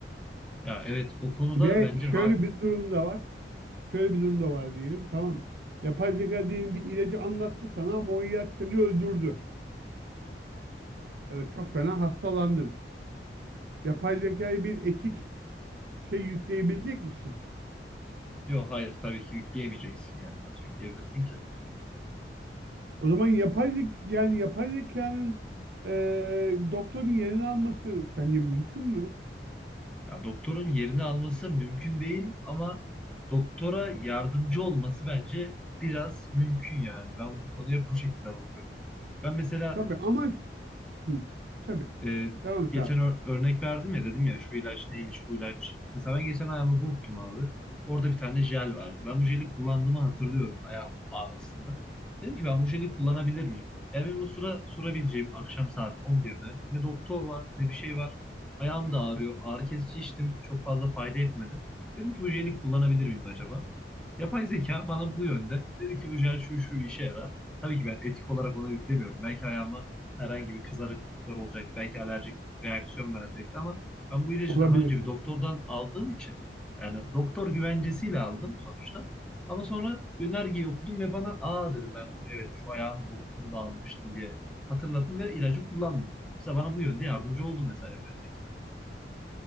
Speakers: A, in the centre; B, on the right (about 60°).
A: Ya evet o konuda
B: Ve
A: bence ha
B: şöyle bir durum da var. Şöyle bir durum da var diyelim. Tamam mı? Yapay zeka diyelim bir ilacı anlattı sana ama o ilaç seni öldürdü. Ya da çok fena hastalandın. Yapay zekaya bir etik şey yükleyebilecek misin?
A: yok hayır tabii ki yükleyemeyeceksin yani. Nasıl yükleyebilirsin ki?
B: O zaman yapay zek yani yapay zekanın e, doktorun yerini alması sence mümkün mü?
A: Ya doktorun yerini alması mümkün değil ama doktora yardımcı olması bence biraz mümkün yani. Ben bu konuya bu şekilde bakıyorum. Ben mesela
B: Tabii ama hı, tabii.
A: e,
B: Devam et
A: geçen
B: abi.
A: ör- örnek verdim ya dedim ya şu ilaç neymiş bu ilaç. Mesela ben geçen ayağımı burktum abi. Orada bir tane jel vardı. Ben bu jeli kullandığımı hatırlıyorum ayağımın ağrısında. Dedim ki ben bu jeli kullanabilir miyim? Yani benim o sıra sorabileceğim akşam saat 11'de ne doktor var ne bir şey var. Ayağım da ağrıyor. Ağrı kesici içtim. Çok fazla fayda etmedi. Dedim ki bu jeli kullanabilir miyim acaba? Yapay zeka bana bu yönde dedi ki bu jel şu şu işe yarar. Tabii ki ben etik olarak ona yüklemiyorum. Belki ayağıma herhangi bir kızarıklıklar olacak. Belki alerjik reaksiyon verecekti ama ben bu ilacı
B: Olabilirsin.
A: daha önce bir doktordan aldığım için yani doktor güvencesiyle aldım sonuçta. Ama sonra yönergeyi okudum ve bana aa dedim ben bunu evet şu ayağımı burktum da almıştım diye hatırladım ve ilacı kullandım. Mesela bana bu yönde yardımcı oldu mesela yapay zeka.